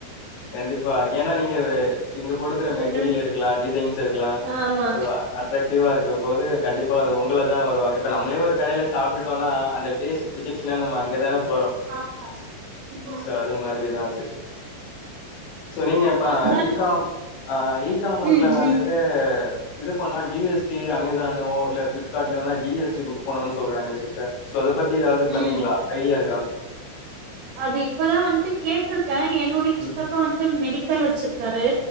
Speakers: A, on the left (about 85°); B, on the right (about 65°).
A: கண்டி ப்பா ஏனா நீங்க அது நீங்க கொடுக்கற மெட்டீரியல்
B: என்ன
A: இருக்கலா டிசைன்ஸ் இருக்கலா
B: ஆமா
A: சோ அட்ராக்டிவா இருக்கும் போது கண்டிப்பா அது உங்களதா வருவாங்க இப்ப நம்மளே ஒரு கடைல சாப்டுட் னா அந்த டேஸ்ட் புடிச்ருச்சுனா நம்ம அங் கதானே போறோ
B: ஆமா ம்
A: சோ அது மாதிரிதா சிஸ் சொன்னிங்க அப்ப
B: அதனால
A: ஈ காம் ஆ இ காமர்ஸ்ல
B: ம்
A: வந்துட்டு
B: ம்
A: இது பண்ணா ஜி எஸ் டி அமேசானோ இல்ல ஃபிளிப்கார்ட்லல்லா ஜி எஸ் டி புக் பண்ணுனுன் சொல்றாங்க சிஸ்டர் சோ அத பத்தி எதாவது பண்ணிங்ளா
B: ம்
A: ஐடியா இருக்கா
B: அது இப்பதா வந்ட்டு கேட்ருக் கே என்னுடைய சித்தப்பா
A: ம்
B: வன்ட்டு மெடிக்கல் வெச்சுர் வர்